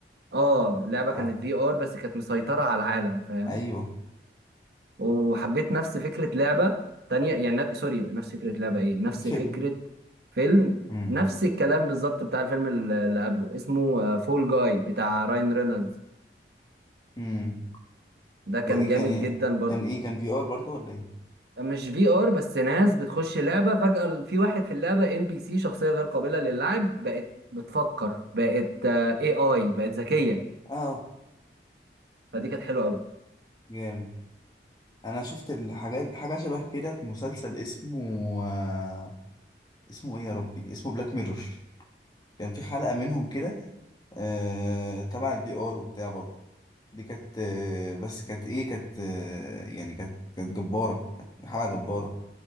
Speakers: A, on the right; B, on the left.
A: اه اللعبة
B: اه
A: كانت في ار بس كانت مسيطرة على العالم فاهم
B: ايوه
A: وحبيت نفس فكرة لعبة تانية يعني ن- سوري نفس فكرة لعبة ايه نفس
B: فيلم
A: فكرة فيلم
B: امم
A: نفس الكلام بالظبط بتاع الفيلم الل- اللي قبله اسمه فول جاي بتاع راين رينولدز
B: امم
A: ده كان
B: ده ايه
A: جامد
B: كان إيه؟
A: جدا برضه
B: كان ايه كان في ار برضو ولا ايه
A: مش في ار بس ناس بتخش لعبة فجأة ال- في واحد في اللعبة ان بي سي شخصية غير قابلة للعب بقت بتفكر بقت اي اي بقت ذكية
B: اه
A: فدي كانت حلوة قوي
B: جامد انا شفت الحاجات حاجه شبه كده في مسلسل اسمه آه، اسمه ايه يا ربي اسمه بلاك ميرور كان في حلقه منهم كده آه تبع البي ار وبتاع برضه دي كانت آه بس كانت ايه كانت آه يعني كانت كانت جبارة كانت حلقة جبارة